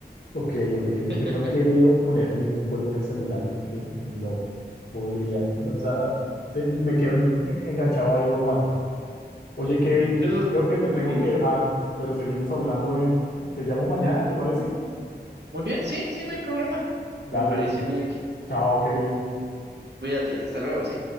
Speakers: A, on the left; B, on the right.
A: Ok, ok.
B: <laughs>
A: Yo no quiero poner ningún juego en el celular porque no podría, no, o sea, se- me quedo en- en- enganchado ahí y no aguanta. Oye, Kevin,
B: Yo lo...
A: creo que te tengo
B: Dime.
A: que dejar, pero seguimos hablando en... ¿Te llamo mañana, te parece?
B: Muy bien, sí, sí, no hay problema.
A: Dale,
B: Me parece, Miguel.
A: chao, Kevin.
B: Cuídate, hasta luego. sí.